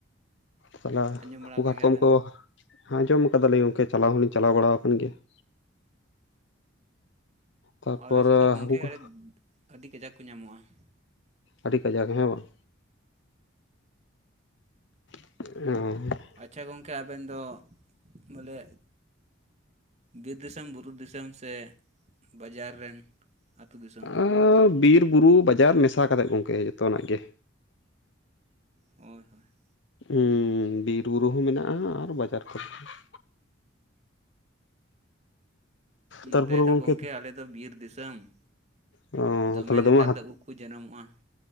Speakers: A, on the left; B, on the right.
A: ᱛᱟᱞᱟ
B: ᱟᱸᱡᱚᱢ
A: ᱦᱟᱹᱠᱩ
B: ᱵᱟᱲᱟ ᱟᱠᱟᱫ
A: ᱠᱟᱴᱠᱚᱢ
B: ᱜᱮᱭᱟᱵᱮᱱ
A: ᱠᱚ ᱦᱸᱡᱚᱢ ᱟᱠᱟᱫᱟᱞᱤᱧ ᱜᱚᱢᱠᱮ ᱪᱟᱞᱟᱣ ᱦᱚᱞᱤᱧ ᱪᱟᱞᱟᱣ ᱵᱟᱲᱟ ᱟᱠᱟᱱ ᱜᱮᱭᱟ ᱾ ᱛᱟᱨᱯᱚᱨ
B: ᱟᱞᱮ ᱥᱮᱫ ᱫᱚ ᱜᱚᱢᱠᱮ
A: ᱦᱟᱹᱠᱩ
B: ᱟᱹᱰᱤ
A: ᱠᱚ
B: ᱟᱹᱰᱤ ᱠᱟᱡᱟᱠ ᱠᱚ ᱧᱟᱢᱚᱜᱼᱟ ᱾
A: ᱟᱹᱰᱤ ᱠᱟᱡᱟᱠ ᱦᱮᱸ ᱵᱟᱝ? ᱚ ᱾
B: ᱟᱪᱪᱷᱟ ᱜᱚᱢᱠᱮ ᱟᱵᱮᱱ ᱫᱚ ᱵᱚᱞᱮ ᱵᱤᱨ ᱫᱤᱥᱚᱢ, ᱵᱩᱨᱩ ᱫᱤᱥᱚᱢ, ᱥᱮ ᱵᱟᱡᱟᱨ ᱨᱮᱱ? ᱟᱹᱛᱩ ᱫᱤᱥᱚᱢ
A: ᱟᱸ ᱵᱤᱨ ᱵᱩᱨᱩ ᱵᱟᱡᱟᱨ ᱢᱮᱥᱟ ᱠᱟᱛᱮᱫ ᱜᱚᱝᱠᱮ ᱡᱚᱛᱚᱱᱟᱜ ᱜᱮ ᱾
B: ᱦᱳᱭ ᱦᱳᱭ ᱾
A: ᱦᱩᱸ ᱵᱤᱨᱵᱩᱨᱩ ᱦᱚᱸ ᱢᱮᱱᱟᱜᱼᱟ ᱟᱨ ᱵᱟᱡᱟᱨ ᱠᱚᱨᱮ ᱦᱚᱸ ᱾
B: ᱱᱚᱛᱮ
A: ᱛᱟᱨᱯᱚᱨᱮ
B: ᱫᱚ
A: ᱜᱚᱝᱠᱮ
B: ᱜᱚᱢᱠᱮ ᱟᱞᱮ ᱫᱚ ᱵᱤᱨ ᱫᱤᱥᱚᱢ ᱾
A: ᱚ
B: ᱫᱚᱢᱮ
A: ᱛᱟᱦᱚᱞᱮ
B: ᱱᱮᱛᱟᱨ
A: ᱦᱟᱹᱛᱤ
B: ᱫᱚ ᱩᱵ ᱠᱚ ᱡᱚᱱᱢᱚᱜᱼᱟ ᱾